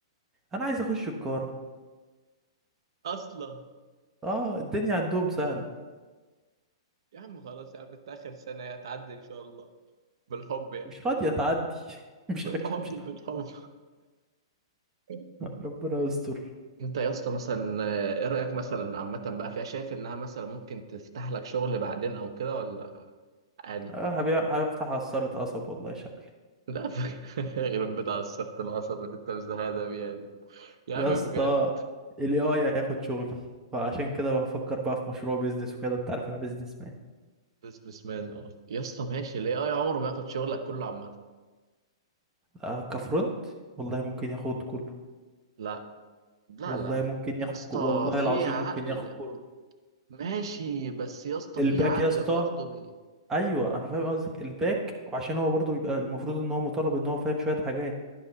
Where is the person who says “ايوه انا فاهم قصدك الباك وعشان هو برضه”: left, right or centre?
Right